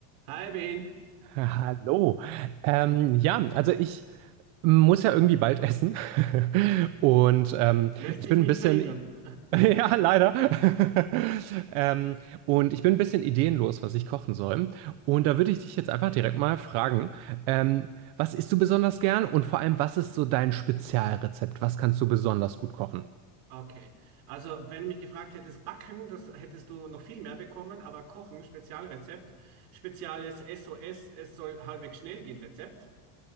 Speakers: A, on the right; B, on the right.
A: Hi Ben,
B: Hallo. Ähm, ja, also ich muss ja irgendwie bald essen. <laughs> Und ähm,
A: Lässt
B: ich
A: sich
B: bin
A: nicht
B: ein bisschen,
A: verhindern.
B: <laughs> ja, leider. <laughs> Ähm, und ich bin ein bisschen ideenlos, was ich kochen soll. Und da würde ich dich jetzt einfach direkt mal fragen, ähm, was isst du besonders gern und vor allem, was ist so dein Spezialrezept? Was kannst du besonders gut kochen?
A: okay. Also wenn du mich gefragt hättest, Backen, das hättest du noch viel mehr bekommen, aber Kochen, Spezialrezept, spezielles SOS, es soll halbwegs schnell gehen, Rezept.